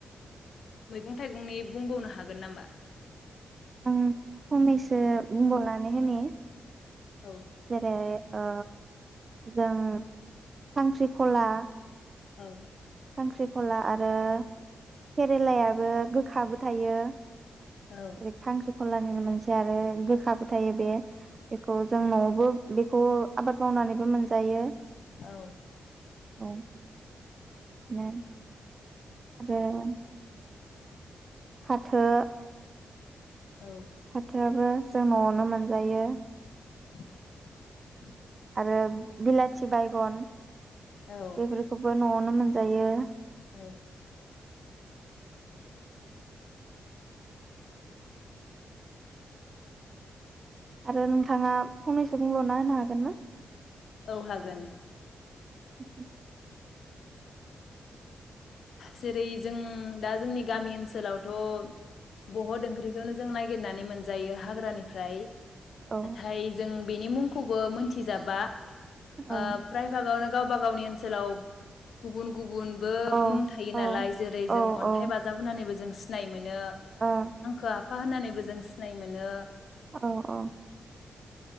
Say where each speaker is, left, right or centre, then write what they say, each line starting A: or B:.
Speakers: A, on the left; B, on the right.
A: मैगं-थाइगंनि बुंबावनो हागोन नामा
B: आं फंनैसो बुंबावनानै होनि
A: औ
B: जेरै ओ जों खांख्रिखला
A: औ
B: खांख्रिखला आरो केरेलायाबो गोखाबो थायो
A: औ
B: ओरै खांख्रि खलानिनो मोनसे आरो गोखाबो थायो बे बेखौ जों नआवबो बेखौ आबाद मावनानैबो मोनजायो
A: औ
B: औ <unintelligible> ओमफ्राय आरो फाथो
A: औ
B: फाथो आबो जों नआवनो मोनजायो।
A: <inaudible>
B: आरो बिला थि बायगन
A: औ
B: बेफोरखौबो नआवनो मोनजायो
A: औ
B: आरो नोंथाङा फंनैसो बुंबावना होनो हागोन ना
A: औ हागोन
B: <inaudible>
A: जेरै जों दा जोंनि गामि ओनसोलावथ बहद ओंख्रिखौनो जों नागिरनानै मोनजायो हाग्रानिफ्राय
B: औ
A: नाथाय जों बेनि मुंखौबो मोनथिजाबा
B: औ
A: ओ प्रायभागावनो गावबा गावनि ओनसोलाव गुबुन गुबुनबो
B: औ
A: मुं थायो नालाय
B: औ
A: जेरै जों
B: औ ओ
A: अन्थाइ
B: औ
A: बाजाब होनानैबो जों सिनाय मोन <unintelligible>
B: औ
A: आंखो आफा होननानैबो जों सिनाय मोनो
B: औ औ